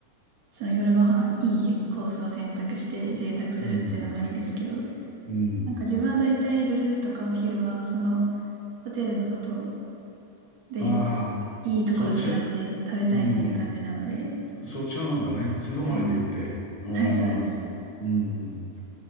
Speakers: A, on the right; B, on the left.
A: その夜ご飯いいコースを選択して贅沢するっていうのもありですけど、
B: うん。うん。
A: なんか自分はだいたい夜とかお昼はそのホテルの外で
B: ああ、
A: いいところ探して食べたいっていう感じなので、
B: そっちは、うん。そっちはなんだね。素泊まりで行って。
A: はい。
B: ああ、
A: はい、そうです。
B: うん。